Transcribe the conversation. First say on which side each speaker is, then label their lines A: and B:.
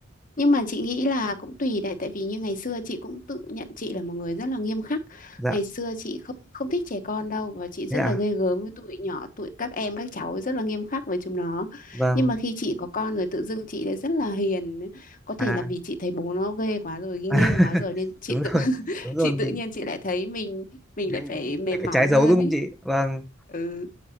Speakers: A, on the left (about 40°); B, in the centre.
A: Nhưng mà chị nghĩ là cũng tùy đấy, tại vì như ngày xưa chị cũng tự nhận chị là một người rất là nghiêm khắc.
B: dạ
A: Ngày xưa chị không không thích trẻ con đâu và chị rất
B: thế à
A: là ghê gớm với tụi nhỏ, tụi các em các cháu rất là nghiêm khắc với chúng nó.
B: vâng
A: Nhưng mà khi chị có con rồi tự dưng chị lại rất là hiền. Có thể
B: à
A: là vì chị thấy bố nó ghê quá rồi, nghiêm
B: <laughs>
A: quá rồi nên chị
B: đúng
A: tự <laughs>
B: rồi đúng rồi
A: chị tự
B: mình
A: nhiên chị lại thấy mình mình
B: mình
A: lại phải mềm
B: mình phải
A: mỏng
B: trái dấu
A: hơn
B: đúng
A: ấy.
B: không chị vâng
A: Ừ,